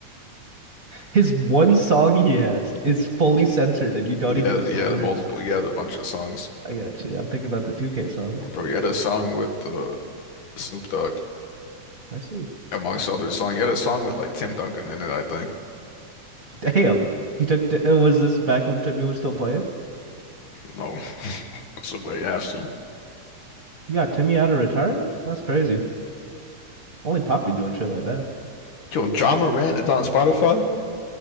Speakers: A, on the right; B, on the left.
A: his one song he has is fully censored and you don't
B: He
A: even
B: has
A: know
B: he
A: the
B: has
A: lyrics.
B: multiple. He has a bunch of songs,
A: I got you. I'm thinking about the 2K song.
B: bro.
A: Yeah.
B: He had a song with uh, Snoop Dogg,
A: I see.
B: amongst others. Song he had a song with like Tim Duncan in it, I think.
A: Damn. He took uh, was this back when Timmy was still playing?
B: No, <laughs> that's the way after.
A: You got Timmy out of retirement? That's crazy. Only Poppy doing shit like that.
B: Yo, John Morant is on Spotify?